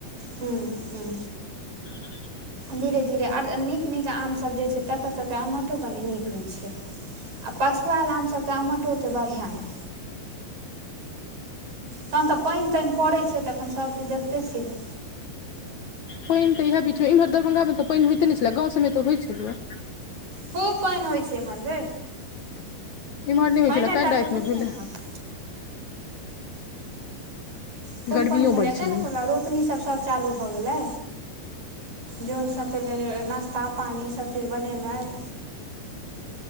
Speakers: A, on the right; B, on the left.
A: हूँ हूँ
B: <inaudible>
A: धीरे धीरे आर नीक नीक आमसभ जे छै तकर सभके आमोटो कनी नीक होय छै आ पछुआएल आम सबके आमोटो ओते बढ़िआँ नहि तहन तऽ पानि तानि पड़ै छै तऽ एखन सभचीज देखिते छिहि
B: पानि तऽ इहा बीच में इमहर दरभंगा में तऽ पानि होइते नहि छलेए गाँव सभमे तऽ होइत छलो
A: खूब पानि होइ छै इमहर गै
B: इम्हर नहि होइ
A: पाईनेटा
B: छलै काल्हि रातिमे
A: तऽ होय
B: भेलै
A: छै इमहर खूब
B: गर्मियो
A: पानि भेलै
B: बड्ड
A: तै
B: छलैए
A: न कहलियौ रोपनीसभ सभ चालू भऽ गेलै जोन सभके लेल नाश्ता पानि सभ चीज बनेनाइ